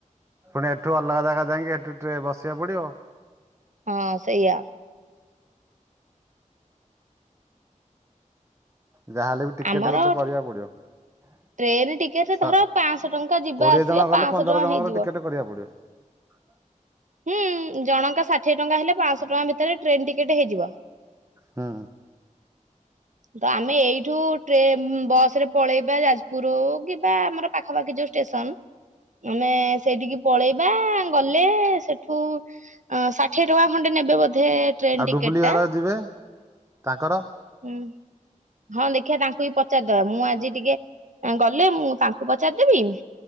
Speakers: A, on the right; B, on the right.
A: ପୁଣି ଏଠୁ ଅଲଗା ଜାଗା ଯାଇକି ହେଟୁ ଟେ ବସିବାକୁ ପଡିବ।
B: ହଁ ସେଇଆ।
A: ଯାହେଲେ ବି ଟିକେଟେ
B: ଆମର
A: ଗୋଟେ କରିବାକୁ ପଡିବ।
B: ଟ୍ରେନ ଟିକେଟରେ
A: ସ
B: ଧର ପାଁଶହ ଟଙ୍କା ଯିବା
A: କୋଡିଏ
B: ଆସିବା
A: ଜଣ
B: ପାଁଶହ
A: ଗଲେ ପନ୍ଦର
B: ଟଙ୍କା
A: ଜଣଙ୍କର
B: ହେଇଯିବ।
A: ଟିକେଟ କରିବାକୁ ପଡିବ। ହ <unintelligible>
B: ହୁଁ ଜଣ ଷାଠିଏ ଟଙ୍କା ହେଲେ ପାଆଁଶ ଟଙ୍କା ଭିତରେ ଟ୍ରେନ୍ ଟିକେଟ ହେଇଯିବ।
A: ହୁଁ
B: ତ ଆମେ ଏଇଠୁ ଟ୍ରେନ ଉମ୍ ବସ ରେ ପଳେଇବା ଜା ପୁରୁ କି ବା ଆମର ପାଖାପାଖି ଯୋଉ ଷ୍ଟେସନ ଆମେ ସେଇଠିକି ପଳେଇବା। କଲେ ସେଠୁ ଷାଠିଏ ଟଙ୍କା ଖଣ୍ଡେ ନେବେ ବୋଧେ ଟ୍ରେନ୍
A: ଆଉ
B: ଟିକେଟ
A: ଡୁବୁଲି ଘର
B: ଟା।
A: ଯିବେ ତାଙ୍କର
B: ହୁଁ ହଁ ଦେଖିଆ ତାଙ୍କୁ ବି ପଚାରିଦବା ମୁଁ ଆଜି ଟିକେ ଗଲେ ମୁଁ ତାଙ୍କୁ ପଚାରିଦେବି